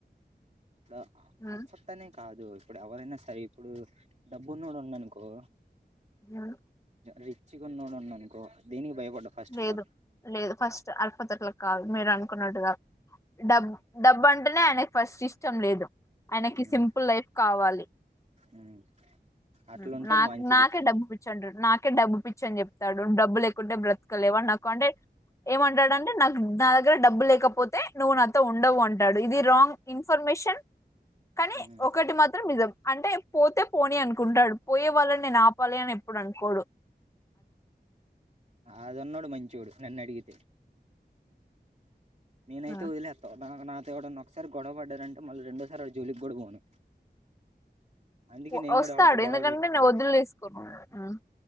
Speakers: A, on the right; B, on the left.
A: ద
B: ఉమ్,
A: అచోతనే కాదు ఇప్పుడు ఎవరైనా సరే ఇప్పుడు డబ్బుఉనోడు ఉన్ను అనుకో
B: నా
A: రిచ్ గా ఉన్నోడు ఉన్ను అనుకో దేనికి భయపడ్డు ఫస్ట్
B: లేదు
A: ఆఫ్
B: లేదు ఫస్ట్ అల్పతోట్ల కాదు మీరు అనుకున్నట్టుగా డబ్బు డబ్బు అంటేనే ఆయనక్ ఫస్ట్ ఇష్టం లేదు ఆయనకి
A: ఆల్
B: సింపుల్ లైఫ్ కావాలి
A: ఉమ్ అట్లుంటే
B: ఊ నాకు
A: మంచిది
B: నాకే డబ్బు పిచ్చింటారు నాకే డబ్బు పిచ్చి వచ్చాను చెప్ తడుం డబ్బులు లేకుంటే బ్రత్ నా కాడ లేవు నాకు అంటే ఏమంటాడుంటే నాకు నా దగ్గర డబ్బు లేకపోతే నువ్వు నాతో ఉండవు అంటాడు ఇది రాంగ్ ఇన్ ఇన్ఫర్మేషన్ కానీ
A: ఉమ్
B: ఒకటి మాత్రం నిజం అంటే పోతే పోని అనుకుంటాడు పోయే వాళ్ళ నేను ఆపాలి అని ఎప్పుడు అనుకోను కొడుకు
A: ఆ అది ఉనోడు మంచోడు నన్ను అడిగితే నేనైతేవదిలేత్తావా
B: ఉమ్.
A: హ నాతో ఎవడన్నా ఒకసారి గొడవ పడారంటే మళ్ళీ రెండోసారి వాడి జోలికికూడా పోను అందుకే
B: వ-
A: నేను
B: వస్తాడు
A: కూడా ఎవరితో గొడవ
B: ఎందుకంటే
A: పెట్టుకోను
B: నేను వదిలేసుకోను ఉమ్.